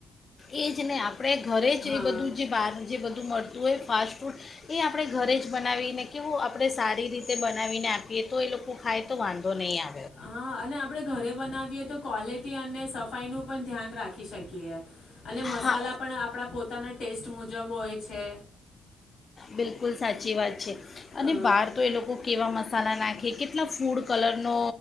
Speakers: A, on the left; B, on the left.
A: એ જ નને આપ આપણે ઘરે જ
B: હા
A: એ બધું જે બહાર જે બધું મળતું તું એ ફાસ્ટ ફૂડ એ આપણે ઘરે જ બનાવીને કેવું આપણે સારી રીતે બનાવીને આપીએ તો એ લોકો ખાય તો વાંધો નહીં આપે
B: હા અને આપણે ઘરે બનાવીએ તો ક્વોલિટી અને સફાઈ નું પણ ધ્યાન રાખી શકીએ અને મસાલા
A: હા
B: પણ આપણા પોતાના ટેસ્ટ મુજબ હોય છે.
A: બિલકુલ સાચી વાત છે, અને
B: અ
A: બહાર તો એ લોકો કેવા મસાલા નાખે કેટલા ફૂડ કલરનો